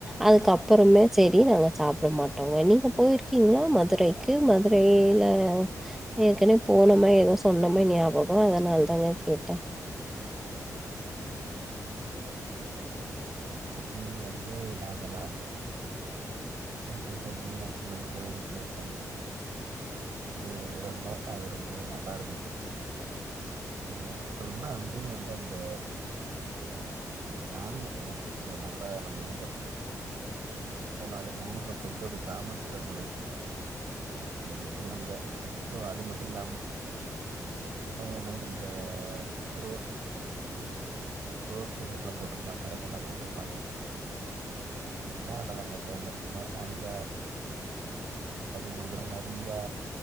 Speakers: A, in the centre; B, on the right.
A: அதுக்குப்புறமே செரி நாங்க சாப்ட மாட்டோங்க நீங்க போயிருக்கீங்களா மதுரக்கு மதுரையில ஏற்கனவே போனமா ஏதோ சொன்னமா ஞாபகம் அதனால தாங்க கேட்டேன்
B: இன்னக்கி வந்து நாங்க லாஸ்ட் போயிட்டு மீனாட்சிம்மன் கோயில் பிளஸ் வந்து வந்து வந்தோம் அது ரொம்பவே நல்லா இருந்துச்சுங்க சொல்லணும்னா அங்கயும் வந்து அந்த நான்வெஜுங்க சோ நல்லா நம்ம எங்க போனாலும் ஊர்ல போயிட்டு ஒரு கிராமத்துல ஒரு விட்டு விழுங்க சோ அது மட்டும் இல்லாம அமையனை இந்த ரோட ரோட் சைட்ஸ்லாம் போட்ருப்பாங்க கடைகங்க எல்லாம் போட்ருப்பாங்க இல்லைங்களா அதல அங்க பேமஸ்சுங்க அங்க அது ஒரு தடவ நெறையா